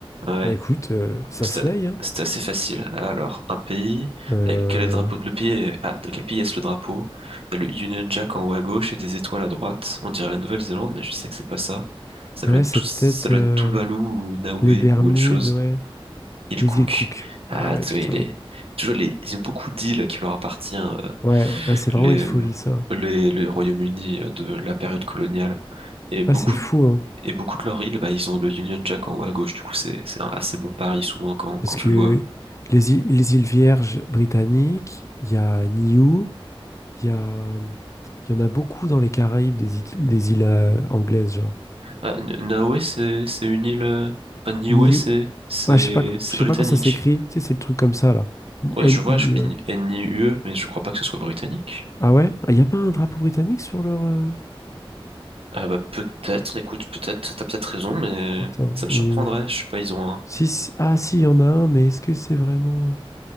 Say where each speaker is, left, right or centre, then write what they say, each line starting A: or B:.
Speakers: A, on the right (about 75°); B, on the left (about 30°).
A: Ouais,
B: Bah écoute, euh, ça
A: c'est
B: se
A: a-
B: laye, hein.
A: c'est assez facile. Alors, un pays,
B: Euh,
A: avec quel est le drapeau de le pays est- ah, de quel pays est-ce le drapeau? Il y a le Union Jack en haut à gauche et des étoiles à droite. On dirait la Nouvelle-Zélande, mais je sais que c'est pas ça. Ça doit
B: ouais,
A: être
B: c'est
A: tout, ça
B: peut-être
A: doit
B: euh,
A: être Tuvalu ou Niue
B: les Bermudes,
A: ou autre chose.
B: ouais.
A: il
B: Les
A: Cook.
B: îles Cook.
A: Ah,
B: Ah ouais,
A: tu
B: putain.
A: sais, il est toujours les, ils ont beaucoup d'îles qui leur appartiennent. euh,
B: Ouais, ouais, c'est vraiment
A: les,
B: une folie, ça.
A: les, les Royaumes-Unis euh, de la période coloniale. Et beaucoup
B: Ouais, c'est fou, hein.
A: Et beaucoup de leurs îles, bah, ils ont le Union Jack en haut à gauche, du coup c'est c'est un assez bon pari souvent quand,
B: Parce
A: quand tu
B: que
A: le vois.
B: les îles, les îles Vierges britanniques, il y a Niue, il y a... Il y en a beaucoup dans les Caraïbes, des îles, des îles euh, anglaises, genre.
A: Ah, N- Niue c'est c'est une île, euh, enfin Niue
B: Niue.
A: c'est c'est
B: Ouais, je sais pas, quand-
A: c'est
B: je
A: britannique.
B: sais pas quand ça s'écrit. Tu sais, c'est le truc comme ça, là.
A: Ouais
B: n
A: je vois,
B: i
A: je
B: U.
A: dis NIUE, mais je crois pas que ce soit britannique.
B: Ah ouais? Il n'y a pas un drapeau britannique sur leur... euh,
A: Ah bah peut-être, écoute peut-être, t'as peut-être raison, mais
B: Attends,
A: ça me
B: ni
A: surprendrait.
B: où je-
A: Je sais pas, ils ont un.
B: Si, si- Ah si, il y en a un, mais est-ce que c'est vraiment... euh,